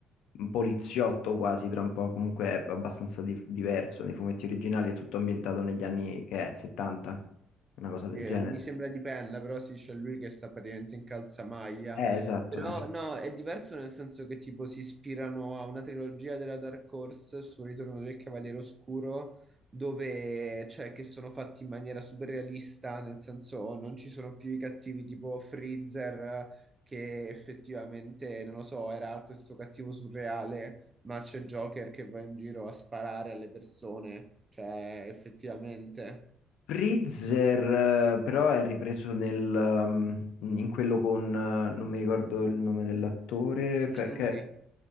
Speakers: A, on the left; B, on the right.
A: poliziotto quasi, tra un po', comunque è abbastanza di- diverso, nei fumetti originali è tutto ambientato negli anni che è, 70, una cosa
B: Eh,
A: del genere.
B: mi sembra dipenda, però sì, c'è lui che sta praticamente in calzamaglia.
A: Eh, esatto.
B: Però
A: <laughs>
B: no, è diverso nel senso che tipo si ispirano a una trilogia della Dark Horse sul ritorno del Cavaliere Oscuro, dove cioè che sono fatti in maniera super realista, nel senso non ci sono più i cattivi tipo Freezer, che effettivamente, non lo so, era questo cattivo surreale, ma c'è Joker che va in giro a sparare alle persone, cioè effettivamente.
A: Freezer, eh, però è ripreso nel, um, in quello con, eh, non mi ricordo il nome dell'attore,
B: George
A: che,
B: Clooney.
A: che-